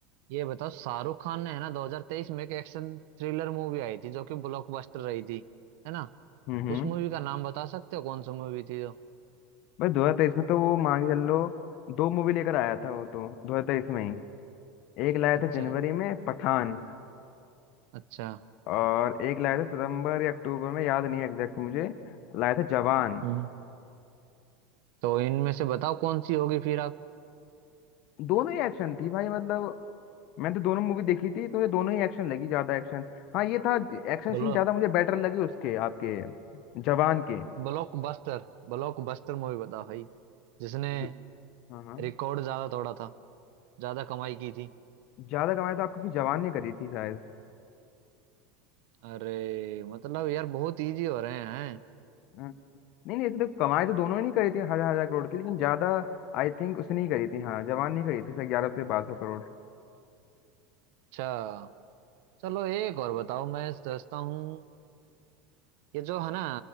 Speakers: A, on the right; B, on the left.
A: ये बताओ शाहरुख खान ने है ना 2023 में एक एक्शन थ्रिलर मूवी आई थी जो कि ब्लॉकबस्टर रही थी है ना
B: हम्म हम्म
A: उस मूवी का नाम बता सकते हो कौन सी मूवी थी जो
B: भाई दो हजार तेईस में तो वो मान के चल लो दो मूवी लेकर आया था वो तो दो हजार तेईस में ही एक लाया
A: अच्छा
B: था जनवरी में पठान
A: अच्छा
B: और एक लाया था सितंबर या अक्टूबर में याद नहीं है एग्जैक्ट मुझे लाया था जवान
A: हम्म तो इनमें से बताओ कौन सी होगी फिर आप
B: दोनों ही एक्शन थी भाई मतलब मैंने तो दोनों मूवी देखी थी तो ये दोनों ही एक्शन लगी ज्यादा एक्शन हाँ ये था एक्शन सीन
A: ब्लॉक
B: ज्यादा मुझे बेटर लगे उसके आपके जवान के
A: ब्लॉकबस्टर ब्लॉकबस्टर मूवी बताओ भाई जिसने
B: ब- हाँ हाँ
A: रिकॉर्ड ज्यादा तोड़ा था ज्यादा कमाई की थी
B: ज्यादा कमाई तो आपकी जवान ने करी थी शायद
A: अरे मतलब यार बहुत इजी हो रहे हैं
B: हाँ। नहीं नहीं ऐसे तो कमाई तो दोनों ही नहीं करी थी हजार हजार करोड़ की लेकिन ज्यादा आई थिंक उसने नहीं करी थी हाँ जवान नहीं करी थी ग्यारह से बारह सौ करोड़
A: अच्छा चलो एक और बताओ मैं सोचता हूँ ये जो है ना